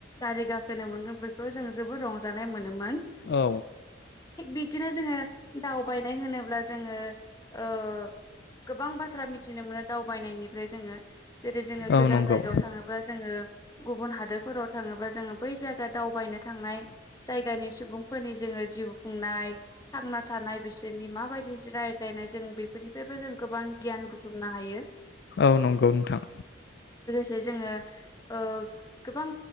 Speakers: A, on the left; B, on the left.
A: गारि गाखोनो मोन बेखौ जों जोबोद रंजानाय मोनोमोन।
B: औ
A: थिग बिदिनो जोङो दावबायनाय होनोब्ला जोङो ओ गोबां बाथ्रा मिथिनो मोनो दावबायनायनिफ्राय जोङो जेरै जोङो
B: औ
A: गोजान
B: नंगौ
A: जायगायाव थाङोब्ला जोङो गुबुन हादोरफोराव थाङोबा जोङो बै जायगा दावबायनो थांनाय जायगानि सु बुंफोरनि जोङो जिउ खुंनाय थांना थानाय बिसोरनि माबायदि रायज्लायनाय जों बेफोरनिफ्रायबो जों गोबां गियान बुथुमनो हायो।
B: औ नंगौ नोंथां
A: जे जोङो ओ गोबां